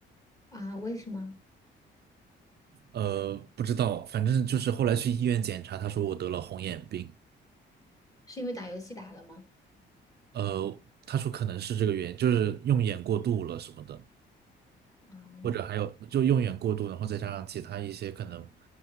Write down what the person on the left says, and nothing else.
啊！为什么？
是因为打游戏打的吗？
啊，